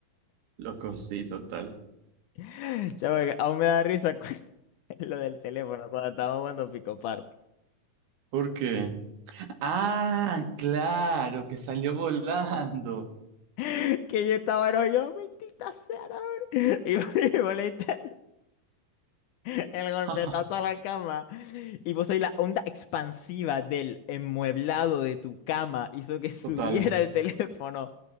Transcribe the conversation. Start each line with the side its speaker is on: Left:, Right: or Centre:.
Right: loco, sí, total.
Left: <laughs> Chamo, que aún me da risa cu- <laughs> lo del teléfono cuando estábamos jugando Pico Park.
Right: ¿Por qué? Ah, claro, que salió volando.
Left: <laughs> Que yo estaba, no, yo, mentita sea, no, hombre". Y vos <laughs> y vos le diste el golpetazo
Right: <laughs>
Left: a la cama. Y vos ahí la onda expansiva del enmueblado de tu cama hizo que <laughs> subiera
Right: Total,
Left: el teléfono.